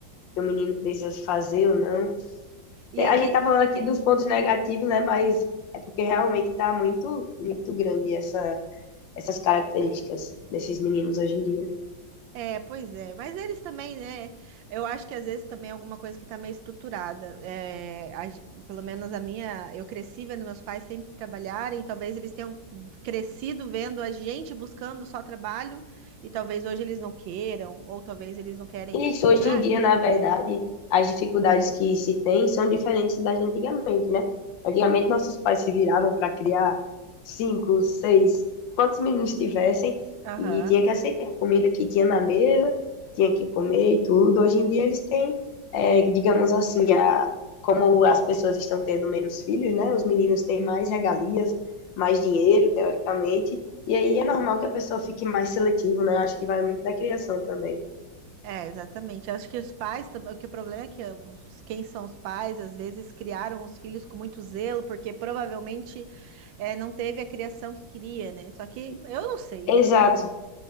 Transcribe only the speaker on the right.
E,
e-
é, pois é, mas eles também, né? Eu acho que às vezes também é alguma coisa que tá meio estruturada. É, a ge- pelo menos a minha, eu cresci vendo meus pais sempre trabalharem, talvez eles tenham crescido vendo a gente buscando só trabalho, e talvez hoje eles não queiram, ou talvez eles não querem.
Ah,
aham.
É, exatamente. Eu Acho que os pais também, que o problema é que os, quem são os pais, às vezes criaram os filhos com muito zelo, porque provavelmente é, não teve a criação que queria, né? Só que eu não sei,
eu não sei.